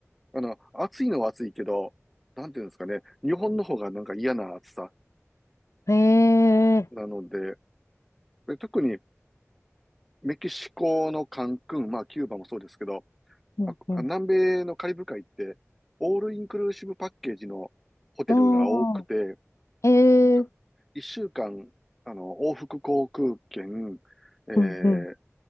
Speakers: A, in the centre; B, on the left (about 70°).
A: あの、暑いのは暑いけど、なんていうんですかね、日本の方がなんか嫌な暑さ
B: ん。えー、
A: なので、で特にメキシコのカンクン、まあキューバもそうですけど、
B: うんうん。
A: あ、南米のカリブ海って、オールインクルーシブパッケージのホテルが多くて、
B: あー、えー、
A: なんか、一週間、あの、往復航空券、えー
B: うんうん。